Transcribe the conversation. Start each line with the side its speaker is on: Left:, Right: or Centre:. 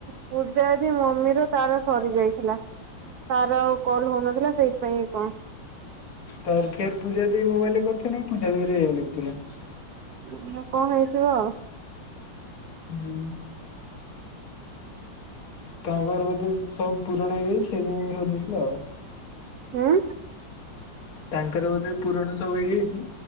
Right: ପୂଜା ଦିଦି ମମିର ତାର ସରି ଯାଇଥିଲା। ତାର ଆଉ କଲ ହଉନଥିଲା ସେଇଥିପାଇଁ କି କଣ?
Left: ତାର ଫେର ପୂଜା ଦେଇ ମୋବାଇଲରେ କରିଥିନି ପୂଜାଦେଇର ଏଇଆ ଲେଖୁଥିଲା।
Right: <unintelligible> କଣ ହେଇଥିବ ଆଉ?
Left: ହୁଁ। ତାଙ୍କର ବୋଧେ ସବୁ ପୁରୁଣ ହେଇଯାଇଛି ସେଇଥିପାଇଁ ହେଉନଥିଲା ଆଉ।
Right: ହୁଁ
Left: ତାଙ୍କର ବୋଧେ ପୁରୁଣ ସବୁ ହେଇଯାଇଛି